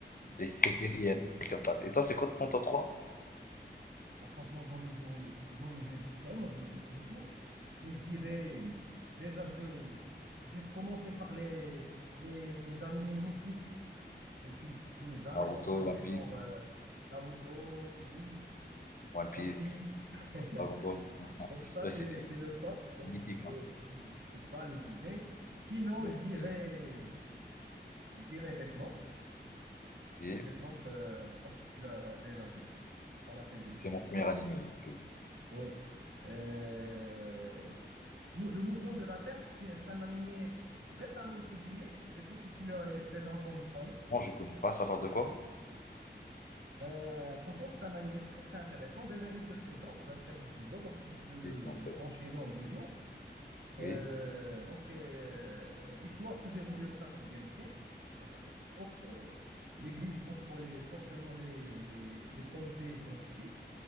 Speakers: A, on the left; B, on the right.
A: Les séries, elles me surpassent. Et toi, c'est quoi ton top 3?
B: Ah, franchement, j'en ai vu, j'en ai vu vraiment beaucoup, beaucoup. Mais je dirais,
A: Hmm.
B: déjà, je veux, je vais te commencer par les, les, les animés mythiques que tu ne peux jamais
A: Naruto,
B: remplacer,
A: One Piece,
B: genre euh, Naruto, Bleach.
A: One Piece,
B: One Piece. <laughs>
A: Dragon Ball.
B: Donc ça,
A: Ouais,
B: c'est,
A: c'est
B: le,
A: les...
B: c'est le top.
A: c'est
B: Donc
A: mythique.
B: tu peux,
A: hein.
B: tu, tu peux pas les bouger. Sinon,
A: Oui,
B: je dirais,
A: oui.
B: je dirais Death Note.
A: Et
B: Donc Death Note, euh, je pense que tu l'as déjà vu. Pas la peine de l'expliquer.
A: c'est mon premier animé. Je...
B: Oui. Euh, Mou- le mouvement de la Terre, c'est une- c'est un animé récemment publié. Je sais pas si tu as déjà entendu parler.
A: Moi, je connais pas, ça parle de quoi?
B: Euh, franchement, c'est un animé très très intéressant. Déjà une seule saison, 24 épisodes, donc tu peux le,
A: Oui, donc, euh,
B: l'enchaîner en deux jours. Euh,
A: oui,
B: donc, euh, l'histoire se déroulait au XIVe siècle. Donc, à cette époque, euh, l'Église contrôlait fortement les, les- les pensées scientifiques.